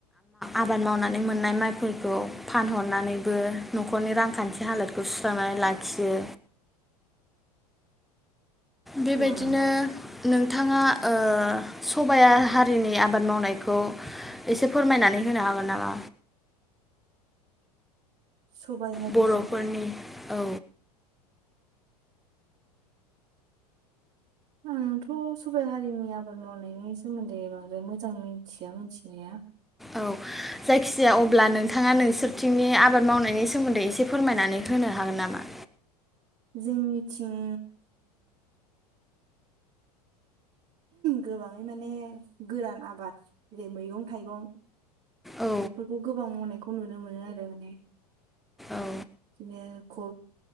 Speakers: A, in the centre; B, on the right (about 40°).
A: आबाद मावनानै मोननाय माइफोरखौ फानहरनानै बो न'खरनि रांखान्थि हालोदखौ सुस्रांनानै ला फाखियो बेबायदिनो
B: औ नंगौ
A: नोंथाङा सबाया हारिनि आबाद मावनायखौ एसे फोरमायनानै होनो हागोन नामा
B: सबाय हारिनो
A: बर'फोरनि
B: आबाद
A: औ
B: आंथ' सबायाइ हारिनि आबाद मावनायनि सोमोन्दै बांद्राय मोजां मिथिया मिथिनाया
A: औ जायखिजाया अब्ला नोंथाङा नोंसोरथिंनि आबाद मावनायनि सोमोन्दै एसे फोरमायनानै होनो हागोन नामा
B: जोंनिथिं गोबाङै माने गोरान आबाद जेरै मैगं थाइगं
A: औ
B: बेफोरखौ गोबां मावनायखौ नुनो मोनो आरोेमाने
A: औ
B: बिदिनो खु